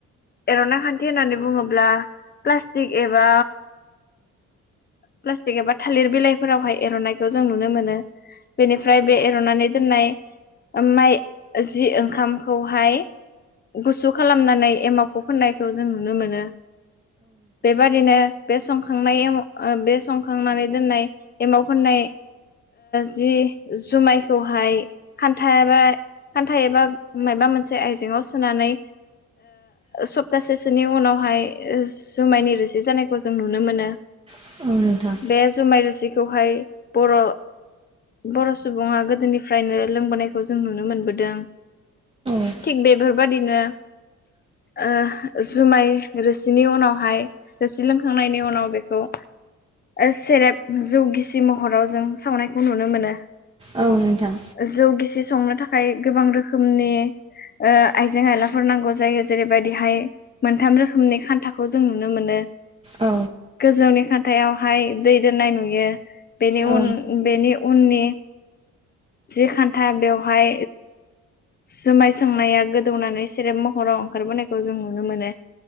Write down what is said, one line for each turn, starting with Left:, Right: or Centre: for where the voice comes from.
Left: एरननाय खान्थि होननानै बुङोब्ला प्लास्टिक प्लास्टिक एबा प्लास्टिक एबा थालिर बिलाइफोरावहाय एरननायखौ जों नुनो मोनो। बेनिफ्राय बे एरनानै दोननाय माइ जि ओंखामखौहाय गुसु खालामनानै एमावखौ फोननायखौ जों नुनो मोनो। बेबादिनो बे संखांनाय बे संखांनानै दोननाय एमाव फोननाय जि जुमायखौहाय खान्था एबा खान्था एबा माबा मोनसे आयजेंआव सोनानै सप्तासेसोनि उनावहाय जुमायनि रोसि जानायखौ जों नुनो मोनो
Right: नोंथां औ नोंथां
Left: बे जुमाय रोसिखौहाय बर' बर' सुबुङा गोदोनिफ्रायनो लोंबोनायखौ जों नुनो मोनबोदों।
Right: औ
Left: थिग बेफोरबाय दिनो ओ जुमाय रोसिनि उनाव हाय रोसि लोंखांनायनि उनाव बेखौ सेरेब जौ गिसि महराव जों सावनायखौ नुनो मोनो।
Right: औ नोंथां
Left: जौ गिसि संनो थाखाय गोबां रोखोमनि आइजें आयलाफोर नांगौ जायो जेरैबायदिहाय मोनथाम रोखोमनि खान्थाखौ खौ जों नुनो मोनो।
Right: औ
Left: गोजौनि खाान्थि खान्थायावहाय दै दोननाय नुयो बेनि
Right: औ
Left: उननि बेनि उननि जि खान्था बेवहाय जुमाय सोंनाया गोदौनानै सेरेब महराव ओंखारबोनायखौ जों नुनो मोनो